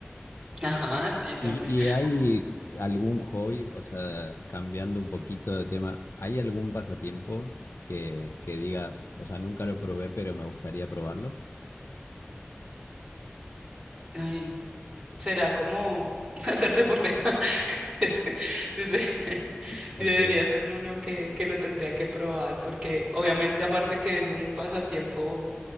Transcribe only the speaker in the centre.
Ajá, sí, también.
Co-
Ay, será como <laughs> hacer deporte. <laughs> Es- Sí, sí, <laughs>
sí
debería ser uno que, que lo tendría que probar, porque obviamente aparte que es un pasatiempo